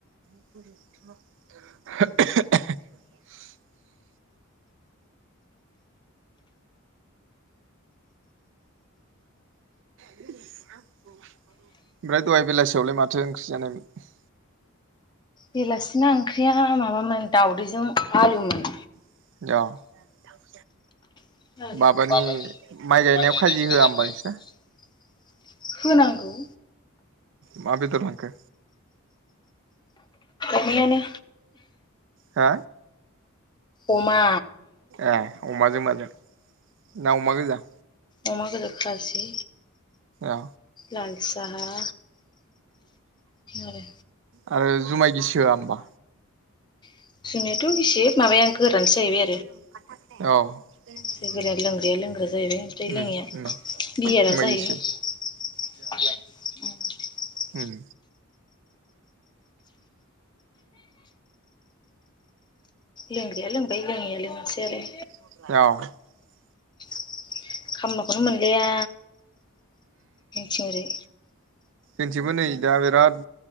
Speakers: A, on the right; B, on the left.
A: <unintelligible> <unintelligible> ओमफ्राय दहाय बेलासियावलाय माथो ओंख्रि जानायमोन?
B: बेलासिना ओंख्रिया माबामोन दावदैजों आलु मोन।
A: <unintelligible>
B: <unintelligible>
A: माबानि माइ गायनायाव खाजि होआ होमबा नोंसिना?
B: होनांगौ
A: मा बेदर लांखो
B: अमायानो
A: हो
B: अमा
A: ए अमाजों माजों ना अमा गोजा
B: अमा गोजा खाजि‌
A: औ
B: लाल साहा आरो
A: आरो जुमाय गिसि होआ होम्बा
B: <inaudible>
A: औ
B: जाहैबाय जों गोरान लोंग्राया लोंग्रा जाहैबाय ओमफ्राय
A: उम
B: लोंयिआ
A: उम
B: बियारा
A: जुमाय
B: जाहैबाय
A: गिसि
B: <inaudible>
A: ओम
B: लोंग्राया‌ लोंबाय लोङैया लोंआसै आरो
A: औ
B: <inaudible> खामलाखौनो मोनलाया जोंनिथिंहरै
A: जोंनिथिंबो नै दा बिराद